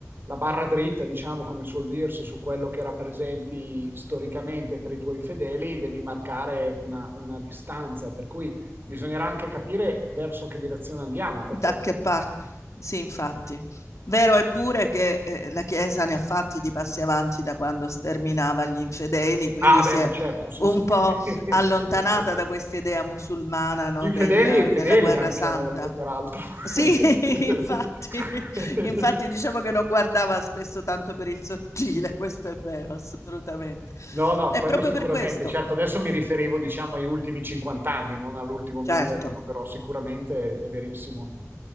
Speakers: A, on the right; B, on the left.
A: la barra dritta, diciamo come suol dirsi, su quello che rappresenti storicamente per i tuoi fedeli, devi marcare una, una distanza, per cui bisognerà anche capire verso che direzione andiamo, perché...
B: da che parte? Sì, infatti. Vero è pure che eh, la Chiesa ne ha fatti di passi avanti da quando sterminava gli infedeli, quindi
A: Ah
B: si
A: beh, ma
B: è
A: certo, sì,
B: un
A: sì.
B: po'
A: <laughs>
B: allontanata da questa idea musulmana no,
A: Infedeli
B: del,
A: e infedeli
B: della guerra
A: anche
B: santa,
A: a volte, peraltro.
B: Sì,
A: <laughs>
B: <laughs> infatti, infatti diciamo che non guardava spesso tanto per il sottile, <laughs> questo è vero, assolutamente.
A: No, no,
B: È
A: quello
B: proprio
A: sicuramente.
B: per questo,
A: Certo, adesso mi riferivo, diciamo, agli ultimi 50 anni, non all'ultimo millennio,
B: certo.
A: però sicuramente è verissimo.